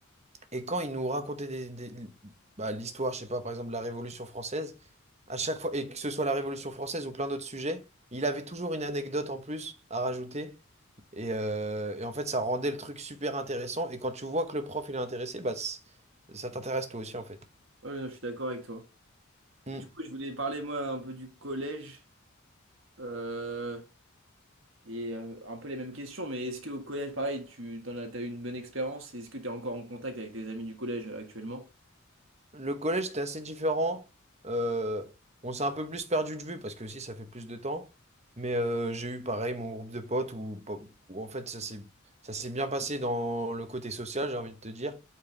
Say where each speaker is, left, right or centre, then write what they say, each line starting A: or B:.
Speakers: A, on the right; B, on the right.
A: Et quand il nous racontait des, des- bah, l'histoire, je sais pas, par exemple, la Révolution française, à chaque fois, et que ce soit la Révolution française ou plein d'autres sujets, il avait toujours une anecdote en plus à rajouter. Et, euh, et en fait, ça rendait le truc super intéressant. Et quand tu vois que le prof, il est intéressé, bah, c- ça t'intéresse toi aussi, en fait.
B: Ouais, je suis d'accord avec toi.
A: Mm.
B: Et du coup, je voulais parler, moi, un peu du collège. Euh, Et euh, un peu les mêmes questions, mais est-ce qu'au collège, pareil, tu t'en as, t'as eu une bonne expérience? Est-ce que tu es encore en contact avec des amis du collège euh, actuellement?
A: Le collège, c'était assez différent. Euh, on s'est un peu plus perdu de vue parce que aussi ça fait plus de temps. Mais euh, j'ai eu pareil mon groupe de potes où, où en fait ça s'est ça s'est bien passé dans le côté social, j'ai envie de te dire.